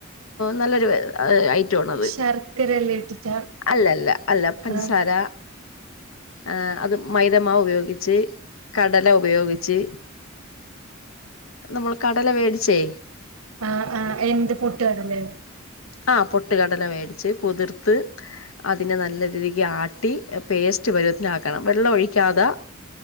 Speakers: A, on the left (about 80°); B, on the right (about 80°).
A: നല്ലൊരു ഏ ആയിറ്റോണത്
B: ശർക്കരയെല്ലാം ഇട്ടിട്ടാ
A: അല്ല അല്ല അല്ല പഞ്ചസാര
B: ആഹ്
A: ആഹ അത് മൈദമാവ് ഉപയോഗിച്ച ച്ച് കടല ഉപയോഗിച്ച് നമ്മൾ കടല മേടിച്ചേ
B: ആഹ ആഹ എന്ത് പൊട്ടുകടല ഓ
A: ആഹ പൊട്ടുകടല മേടിച്ച് കുതിർത്ത് അതിനെ നല്ല രീതിക്ക് ആട്ടി പേസ്റ്റ് പരുവത്തിനാക്കണം വെള്ളം ഒഴിക്കാതെ